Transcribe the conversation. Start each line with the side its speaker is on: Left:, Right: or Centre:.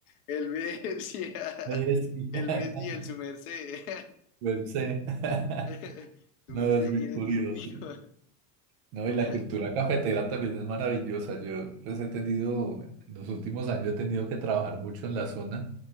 Left: El B, <laughs> sí. ah,
Right: Bessie.
Left: El
Right: <laughs>
Left: B, sí, el su merced.
Right: Per se. <laughs>
Left: <laughs> Su merced
Right: No, es muy
Left: quiere
Right: curioso.
Left: tintico.
Right: No, y la
Left: <laughs>
Right: cultura cafetera también es maravillosa. Yo pues he tenido, en los últimos años he tenido que trabajar mucho en la zona.